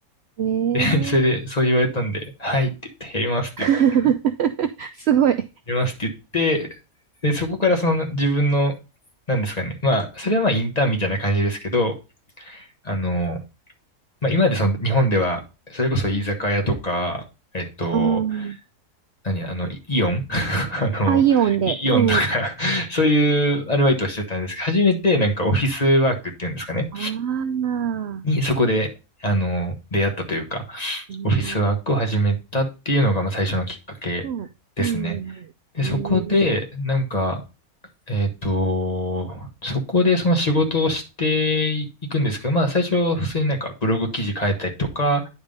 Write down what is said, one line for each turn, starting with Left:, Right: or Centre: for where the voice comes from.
Right: え、
Left: で、<laughs>
Right: ねえ、
Left: それでそう言われたんで、はいって言って、やりますって言って、
Right: <laughs>
Left: や
Right: すごい。
Left: りますって言って、で、そこからその自分の、なんですかね。まあ、それはまあインターンみたいな感じですけど、あの、まあ今までその日本では、それこそ居酒屋とか、えっと、
Right: うん。
Left: 何、あの、イイオン <laughs> あの、
Right: あ、イオンで。
Left: イイオンとか
Right: うん。
Left: <laughs> そういうアルバイトをしてたんですけど、初めてなんかオフィスワークっていうんですかね。
Right: ああ
Left: に、そこで、あの、出会ったというか、
Right: ー、う
Left: オフィスワークを始めたっていうのが、
Right: ん、
Left: まあ、最初のきっかけですね。
Right: うん、うん、
Left: で、
Right: う
Left: そこで、
Right: ん、
Left: なんか、えっと、そこでその仕事をしていくんですけど、まあ、最初は普通になんかブログ記事書いたりとか、